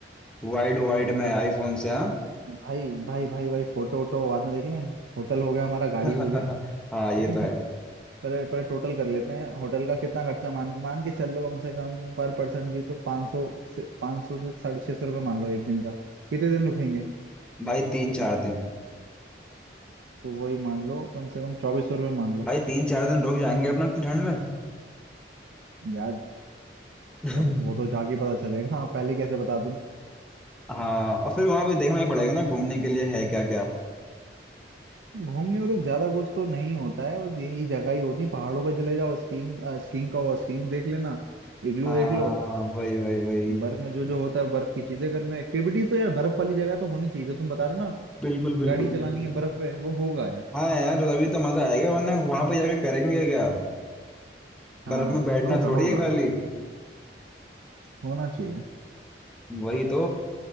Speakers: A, in the centre; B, on the right (about 80°).
A: वाइड वाइड में आईफोन से हाँ
B: भाई भाई भाई भाई फोटो वोटो का बाद में देख लें होटल हो गया हमारा गाड़ी
A: <laughs>
B: हो गया
A: हाँ ये
B: ठीक
A: तो है
B: है <laughs> पहले पहले टोटल कर लेते हैं होटल का कितना खर्चा मान मान के चल लो कम से कम पर पर्सन भी तो 500 से 500 से साढ़े छह सौ रुपये मान लो एक दिन का कितने दिन रुकेंगे
A: भाई तीन चार दिन
B: तो वही मान लो कम से कम चौबीस सौ रुपये मान लो
A: भाई तीन चार दिन रुक जाएंगे अपना इतनी ठंड में
B: यार
A: <laughs>
B: अब वो तो जाके पता चलेगा <laughs> पहले कैसे बता
A: हाँ और फिर वहां पे देखना ही पड़ेगा ना घूमने के लिए है क्या क्या
B: घूमने को देख ज्यादा कुछ तो नहीं होता है बस यही जगह ही होती है पहाड़ों पर चले जाओ स्कीइंग स्कीइंग का हुआ स्कीइंग देख लेना इग्लू
A: हाँ
B: देख लो
A: वही वही वही
B: बर्फ में जो जो होता है बर्फ की चीजें कर लेना एक्टिविटीज तो यार बर्फ वाली जगह तो होनी चाहिए जो तुम बता रहे हो ना
A: बिल्कुल बिल्कुल
B: गाड़ी चलानी
A: बिल्कुल
B: है बर्फ पे वो होगा यार
A: हाँ यार अभी तो मजा आएगा वरना वहां पे जाके करेंगे क्या
B: हाँ
A: बर्फ में बैठना
B: होगा
A: थोड़ी
B: होगा
A: है खाली
B: होना चाहिए
A: वही तो